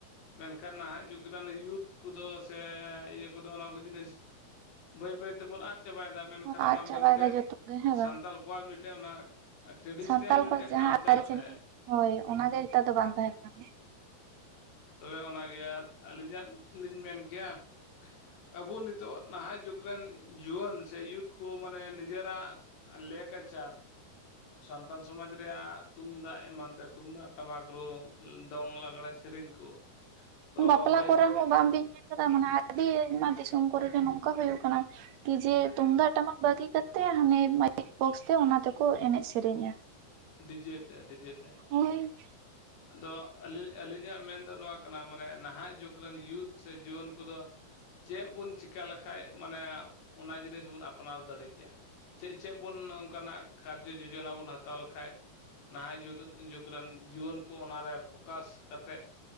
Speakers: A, on the left; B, on the right.
A: ᱢᱮᱱᱠᱷᱟᱱ ᱱᱟᱦᱟᱜ ᱡᱩᱜᱽ ᱨᱮᱱ ᱭᱩᱛᱷ ᱠᱚᱫᱚ ᱥᱮ ᱤᱭᱟᱹ ᱠᱚᱫᱚ ᱚᱱᱟ ᱠᱚ ᱡᱤᱱᱤᱥ ᱵᱟᱹᱭ ᱵᱟᱹᱭ ᱛᱮᱵᱚᱱ ᱟᱫ ᱪᱟᱵᱟᱭᱮᱫᱟ ᱢᱮᱱᱠᱷᱟᱱ
B: ᱦᱚᱸ ᱟᱫ
A: ᱚᱱᱟ ᱠᱚᱫᱚ
B: ᱪᱟᱵᱟᱭ
A: ᱢᱤᱫᱴᱮᱡ
B: ᱫᱟ ᱡᱚᱛᱚ ᱜᱮ ᱦᱮᱸ
A: ᱥᱟᱱᱛᱟᱲ
B: ᱵᱟᱝ
A: ᱠᱚᱣᱟᱜ ᱢᱤᱫᱴᱮᱱ ᱚᱱᱟ ᱴᱨᱮᱰᱤᱥᱚᱱᱟᱞ
B: ᱥᱟᱱᱛᱟᱞ
A: ᱢᱤᱫᱴᱮᱡ
B: ᱠᱚᱣᱟ ᱡᱟᱦᱟᱸ
A: ᱠᱟᱞᱪᱟᱨ
B: ᱟᱹᱨᱤᱪᱟᱹᱞᱤ
A: ᱦᱮᱸ
B: ᱦᱚᱭ ᱚᱱᱟᱜᱮ ᱱᱮᱛᱟᱨ ᱫᱚ ᱵᱟᱝ ᱛᱟᱦᱮᱸ ᱠᱟᱱᱟ᱾
A: ᱛᱚᱵᱮ ᱚᱱᱟᱜᱮ ᱟᱹᱞᱤᱧᱟᱜ ᱞᱤᱧ ᱢᱮᱱ ᱠᱮᱭᱟ ᱟᱵᱚ ᱱᱤᱛᱚᱜ ᱱᱟᱦᱟᱜ ᱡᱩᱜᱽ ᱨᱮᱱ ᱡᱩᱣᱟᱹᱱ ᱥᱮ ᱤᱭᱩᱛᱷ ᱠᱚ ᱢᱟᱱᱮ ᱱᱤᱡᱮᱨᱟᱜ ᱞᱮᱠ ᱟᱪᱟᱨ ᱥᱟᱱᱛᱟᱞ ᱥᱚᱢᱟᱡᱽ ᱨᱮᱭᱟᱜ ᱛᱩᱢᱫᱟᱜ ᱮᱢᱟᱱ ᱛᱮ ᱛᱩᱢᱫᱟᱜ ᱴᱟᱢᱟᱠ ᱨᱩ ᱫᱚᱝ ᱞᱟᱜᱽᱲᱮ ᱥᱮᱨᱮᱧ ᱠᱚ ᱛᱚ
B: ᱦᱩᱸ ᱵᱟᱯᱞᱟ
A: ᱵᱟᱹᱭ
B: ᱠᱚᱨᱮ
A: ᱵᱟᱹᱭ
B: ᱦᱚᱸ ᱵᱟᱝᱵᱤᱱ᱾ ᱢᱟᱱᱮ ᱟᱹᱰᱤ ᱟᱭᱢᱟ ᱫᱤᱥᱚᱢ ᱠᱚᱨᱮ ᱜᱮ ᱱᱚᱝᱠᱟ ᱦᱩᱭᱩᱜ ᱠᱟᱱᱟ ᱠᱤ ᱡᱮ ᱛᱩᱢᱫᱟᱜ ᱴᱟᱢᱟᱠ ᱵᱟᱹᱜᱤ ᱠᱟᱛᱮ ᱦᱟᱱᱮ ᱢᱟᱭᱤᱠ ᱵᱚᱠᱥ ᱛᱮ ᱚᱱᱟ ᱛᱮᱠᱚ ᱮᱱᱮᱡ ᱥᱮᱨᱮᱧᱟ᱾
A: ᱰᱤᱡᱮ ᱛᱮ ᱰᱤᱡᱮ ᱛᱮ᱾
B: ᱦᱚᱭ᱾
A: ᱟᱫᱚ ᱟᱹᱞᱤᱧ ᱟᱹᱞᱤᱧᱟᱜ ᱢᱮᱱᱫᱚ ᱱᱚᱣᱟ ᱠᱟᱱᱟ ᱢᱟᱱᱮ ᱱᱟᱦᱟᱜ ᱡᱩᱜᱽ ᱨᱮᱱ ᱭᱩᱛᱷ ᱥᱮ ᱡᱩᱣᱟᱹᱱ ᱠᱚᱫᱚ ᱪᱮᱫ ᱵᱚᱱ ᱪᱮᱠᱟ ᱞᱮᱠᱷᱟᱡ ᱢᱟᱱᱮ ᱚᱱᱟ ᱡᱤᱱᱤᱥ ᱵᱚᱱ ᱟᱯᱱᱟᱨ ᱫᱟᱲᱮ ᱠᱮᱭᱟ? ᱪᱮᱫ ᱪᱮᱫ ᱵᱚᱱ ᱚᱱᱠᱟᱱᱟᱜ ᱠᱟᱨᱡᱚ ᱡᱚᱡᱚᱱᱟ ᱵᱚᱱ ᱦᱟᱛᱟᱣ ᱞᱮᱠᱷᱟᱡ ᱱᱟᱦᱟᱜ ᱡᱩᱛᱩ ᱡᱩᱜᱽ ᱨᱮᱱ ᱡᱩᱣᱟᱹᱱ ᱠᱚ ᱚᱱᱟᱨᱮ ᱯᱷᱚᱠᱟᱥ ᱠᱟᱛᱮ